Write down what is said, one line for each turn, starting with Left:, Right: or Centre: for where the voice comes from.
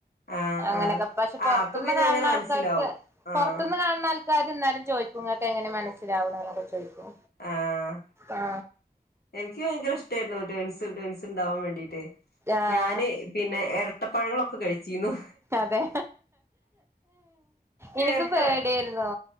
Left: ആഹ്
Right: അങ്ങനെയൊക്കെ
Left: ആഹ്
Right: പക്ഷെ
Left: ആഹ്
Right: പുറത്തുന്ന്
Left: അപ്പൊ പിന്നെ
Right: കാണുന്ന
Left: അങ്ങനെ മനസ്സിലാവും
Right: ആൾക്കാർക്ക്
Left: ആഹ്
Right: പുറത്തന്ന് കാണുന്ന ആൾക്കാ ക്കാതന്നാലും ചോയ്ക്കുംങ്ങക്കെ എങ്ങനെ മനസ്സിലാവണ എന്നൊക്കെ ചോയ്ക്കും
Left: ആഹ്
Right: ആ..
Left: എനിക്ക് ഭയങ്കര ഇഷ്ടായിരുന്നു ഡേൻസ് ഡേൺസ് ഉണ്ടാവാൻ വേണ്ടീട്ട്
Right: ആഹ്
Left: ഞാന്.. പിന്നെ ഇരട്ടപ്പഴങ്ങളൊക്കെ കഴിച്ചിന്നു
Right: അതെ എനിക്കും
Left: എരട്ട
Right: പേഡിയ ആയിരൂന്നോ